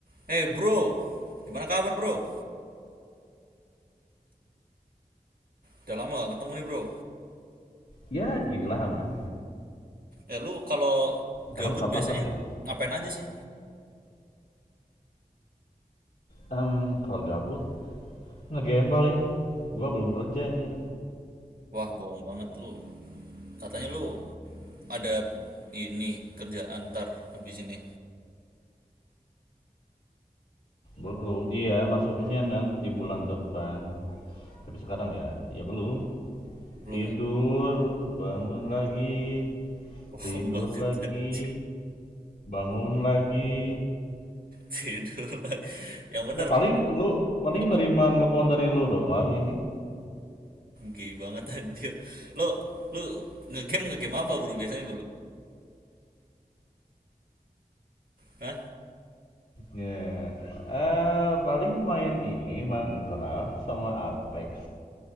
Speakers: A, on the right; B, on the left.
A: Hey bro, gimana kabar bro? Udah lama gak ketemu nih bro.
B: Ya ginilah aman.
A: Eh lu kalau
B: Emang
A: gabut
B: kapan
A: biasanya
B: terakhir ya?
A: ngapain aja sih?
B: Em, kalau gabut ngegame paling. Gua belum kerja anjir.
A: Wah bohong banget lu. Katanya lu ada ini kerjaan ntar habis ini.
B: Belum. Iya, masuknya nanti bulan depan. Tapi sekarang ya ya belum.
A: Belum
B: Tidur,
A: ya?
B: bangun lagi.
A: Bohong
B: Tidur
A: <laughs> banget
B: lagi,
A: anjir.
B: bangun lagi.
A: Tidur lah. Yang bener
B: Ya paling lu paling
A: apa?
B: nerima telepon dari lu doang ini.
A: Gay banget anjir. Lu lu ngegame ngegame apa bro biasanya bro? Hah?
B: Ya, eh paling main ini Minecraft sama Apex.